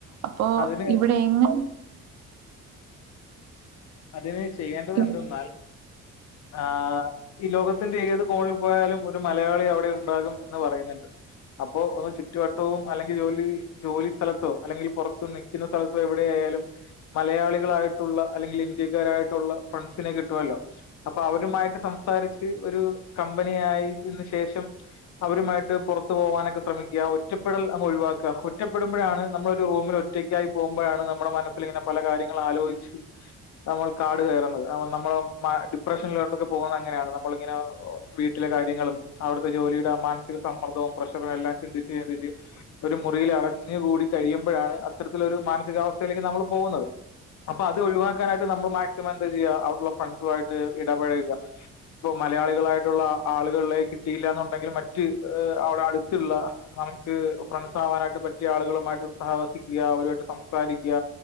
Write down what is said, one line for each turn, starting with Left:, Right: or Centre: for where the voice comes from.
Right: അപ്പോ
Left: അതിന്
Right: ഇവിടെ എങ്ങ
Left: അതിന് ചെയ്യേണ്ടത്
Right: ഇവി
Left: എന്തെന്നാൽ ആഹ് ഈ ലോകത്തിന്റെ ഏത് കോണിൽ പോയാലും ഒരു മലയാളി അവിടെ ഉണ്ടാകും എന്ന് പറയന്ന്ണ്ട് അപ്പോ ഒന്നു ചുറ്റുവട്ടവും അല്ലെങ്കിൽ ജോലി ജോലി സ്ഥലത്തോ അല്ലെങ്കിൽ പൊറത്ത് നിക്കുന്ന സ്ഥലത്തോ എവിടെയാലും മലയാളികളായിട്ട് ട്ടുള്ള അല്ലെങ്കി ഇന്ത്യക്കാരായിട്ടുള്ള ഫ്രണ്ട്സിനെ കിട്ടുമല്ലോ അപ്പൊ അവരുമായിട്ട് സംസാരിച്ച് ഒരു കമ്പനയിതിനന് ശേഷം അവരുമായിട്ട് പെറത്തു പോവാനൊക്കെ ശ്രമിക്ക ഒറ്റപ്പെടൽ അങ്ങ് ഒഴിവാക്ക ഒറ്റപ്പെടുമ്പോഴാണ് നമ്മളൊരുറൂമിൽ ഒറ്റക്കായി പോകുമ്പോഴാണ് നമ്മടെ മനസ്സിൽ ഇങ്ങനെ പല കാര്യങ്ങള് ആലോയിച്ച് നമ്മൾ കാട് കേറുന്നത് നമ്മൾ ഡിപ്രഷനിലോട്ടൊക്കെ പോകുന്നത് ഇങ്ങനെയാണ് നമ്മള ഇങ്ങനെ വീട്ടിലെ കാര്യങ്ങളും അവിടുത്തെ ജോലിയുടെ മാനസിക സമ്മർദ്ദവും പ്രഷറും എല്ലാം ചിന്തിച്ച് ചിന്തിച്ച് ഒരു മുറിയിൽ അടഞ്ഞ് കൂടി കഴിയുമ്പോഴാണ് അത്തരത്തിലൊരു മാനസികാവസ്ഥയിലേക്ക് നമ്മള് പോകുന്നത് അപ്പൊ അത് ഒഴിവാക്കാനായിട്ട് നമ്മള് മാക്സിമം എന്താചെയ്യ അവിടുള്ള ഫ്രണ്ട്സു ആയിട്ട് ഇടപഴക ഇപ്പൊ മലയാളികളായിട്ടുള്ള ആളുകളേ കിട്ടിയില്ലാന്നുണ്ടെങ്കിൽ മറ്റ് ഏഹ് അവിട അടുത്തുള്ള നമുക്ക് ഫ്രൺസാവാനായിട്ട് പറ്റിയ ആളുകളുമായിട്ട് സഹവസിക്കിയ അവരുമായിട്ട് സംസാരിക്കിയ